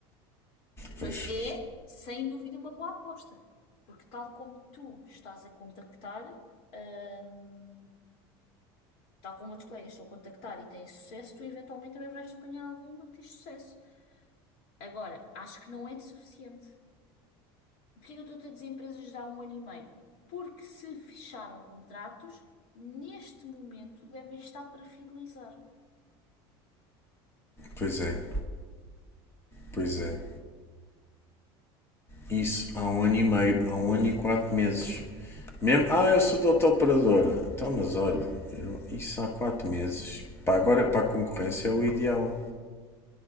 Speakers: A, on the left; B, on the left.
A: Mas
B: pois,
A: é, sem dúvida, uma boa aposta. Porque tal como tu estás a contactar, hum, tal como outros colegas estão a contactar e têm sucesso, tu eventualmente também vais apanhar alguma que tens sucesso. Agora, acho que não é suficiente. Porquê que eu estou a dizer empresas de há um ano e meio? Porque se fecharam contratos, neste momento devem estar para fidelizar.
B: pois é, pois é. Isso há um ano e meio, há um ano e quatro meses. Mesmo, ah, eu sou da operadora Então, mas olha, eu- isso há quatro meses. Para agora, para a concorrência, é o ideal.